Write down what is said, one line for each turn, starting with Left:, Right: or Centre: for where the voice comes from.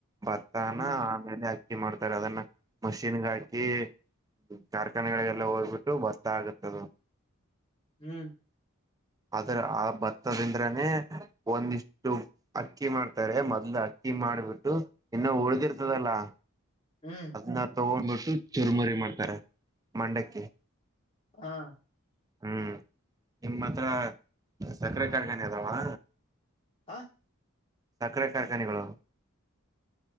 Right: ಭತ್ತನ
Left: ಹ್ಮ್
Right: ಆಮೇಲೆ ಅಕ್ಕಿ ಮಾಡ್ತಾರೆ ಅದನ್ನ ಮಷಿನ್ಗ್ ಹಾಕಿ ಕಾರ್ಖಾನೆಗಳಿಗೆಲ್ಲ ಹೋಗ್ಬಿಟ್ಟು ಬತ್ತಾ ಆಗತ್ತದು
Left: ಹ್ಮ್
Right: ಆದ್ರೆ ಆ ಭತ್ತದಿಂದ್ರನೇ ಒಂದಿಷ್ಟು ಅಕ್ಕಿ ಮಾಡ್ತಾರೆ ಮೊದ್ಲು ಅಕ್ಕಿ ಮಾಡ್ಬಿಟ್ಟು ಇನ್ನ ಉಳ್ದಿರ್ತದಲ್ಲಾ
Left: ಹ್ಮ್
Right: ನ ತಗೊಂಡ್ಬಿಟ್ಟು ಚುರ್ಮುರಿ ಮಾಡ್ತಾರೆ ಮಂಡಕ್ಕಿ
Left: ಹಾ
Right: ಹ್ಮ್ ನಿಮ್ಮ ಹತ್ರ ಸಕ್ರೆ ಕಾರ್ಖಾನ ಅದವಾ
Left: ಅ
Right: ಸಕ್ರೆ ಕಾರ್ಖಾನೆಗಳು